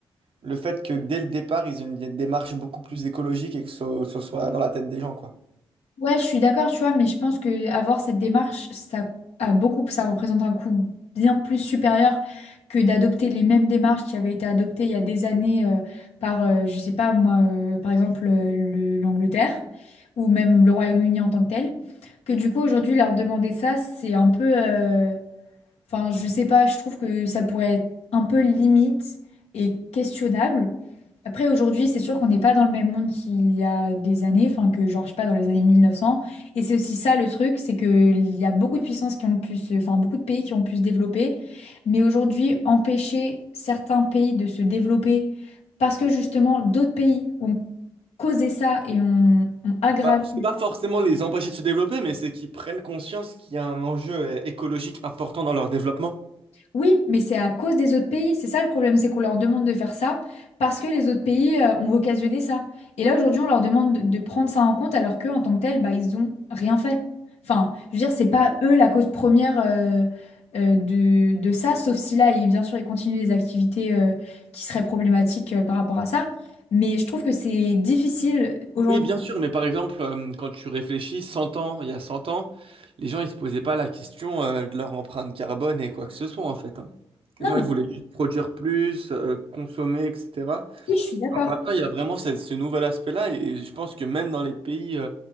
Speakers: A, on the right; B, on the left.
A: Le fait que dès le départ, ils aient une démarche beaucoup plus écologique et que ce, ce soit dans la tête des gens, quoi.
B: Ouais, je suis d'accord, tu vois, mais je pense que avoir cette démarche, ça a beaucoup, ça représente un coût bien plus supérieur que d'adopter les mêmes démarches qui avaient été adoptées il y a des années euh, par, euh, je sais pas moi, euh, par exemple euh, le- l'Angleterre ou même le Royaume-Uni en tant que tel. Que du coup aujourd'hui leur demander ça, c'est un peu, euh, Enfin, je sais pas, je trouve que ça pourrait être un peu limite et questionnable. Après, aujourd'hui, c'est sûr qu'on n'est pas dans le même monde qu'il y a des années, enfin que genre, je sais pas, dans les années 1900. Et c'est aussi ça le truc, c'est qu'il y a beaucoup de puissances qui ont pu se... enfin beaucoup de pays qui ont pu se développer. Mais aujourd'hui, empêcher certains pays de se développer parce que justement, d'autres pays ont causé ça et ont, ont aggravé.
A: Bah, c'est pas forcément les empêcher de se développer, mais c'est qu'ils prennent conscience qu'il y a un enjeu euh, écologique important dans leur développement.
B: Oui, mais c'est à cause des autres pays. C'est ça le problème, c'est qu'on leur demande de faire ça parce que les autres pays euh, ont occasionné ça. Et là, aujourd'hui, on leur demande de, de prendre ça en compte alors qu'eux, en tant que tel, bah, ils ont rien fait. Enfin, je veux dire, c'est pas eux la cause première euh, euh, de, de ça, sauf si là, ils- bien sûr, ils continuent des activités euh, qui seraient problématiques euh, par rapport à ça. Mais je trouve que c'est difficile aujourd'hui.
A: Oui, bien sûr, mais par exemple, euh, quand tu réfléchis 100 ans, il y a 100 ans, les gens ils se posaient pas la question euh, de leur empreinte carbone et quoi que ce soit en fait. hein.
B: Non,
A: Les gens
B: mais
A: ils voulaient juste produire plus, euh, consommer, etc.
B: oui, je suis d'accord.
A: Maintenant, il y a vraiment ce, ce nouvel aspect-là, et je pense que même dans les pays euh,